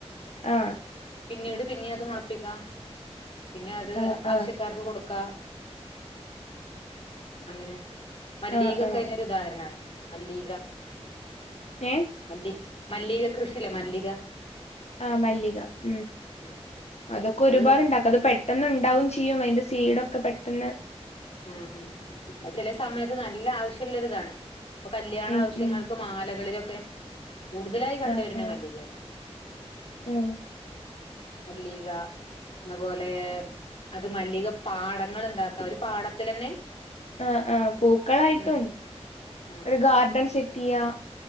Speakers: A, on the left; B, on the left.
A: ആഹ്
B: പിന്നീട് പിന്നിയത് മുളപ്പിക്കാം പിന്നെ അത്
A: ആഹ്
B: ആവശ്യക്കാർക്ക്
A: ആഹ്
B: കൊടുക്ക അങ്ങനെ മല്ലീകക്കൈനൊരു
A: ആഹ് ആഹ്
B: ദാഹരണാണ് മല്ലീക
A: ഏഹ്
B: മല്ലി മല്ലീകകൃഷീലെ മല്ലിക
A: ആ മല്ലിക ഉം
B: ഉം
A: അതൊക്കെ ഒരുപാട്ണ്ടാക്ക
B: അത്
A: അത് പെ ട്ടെന്ന്ണ്ടാവും ചെയ്യും അയിന്റെ സീടൊക്കെ പെട്ടെന്ന്
B: ഉം ഉം അഹ്ചെല സമയത്ത് നല്ല ആവശ്യള്ള രിതാണ് പ്പൊ കല്യാണ
A: ഉം
B: ആവശ്യങ്ങൾക്ക്
A: ഉം
B: മാലകളിലൊക്കെ കൂടുതലായി കണ്ട്
A: ആഹ്
B: വര്ന്നെ
A: ആഹ്
B: മല്ലികയാണ്
A: ഉം
B: മല്ലീക ന്നപോലെ അത് മല്ലികപ്പാടങ്ങള് ണ്ടാക്കവര് പാടത്തിലന്നെ
A: ആഹ്ആഹ് പൂക്കളായിട്ടും
B: ഉം ഉം
A: ഒരു ഗാർഡൻ സെറ്റിയ്യാ.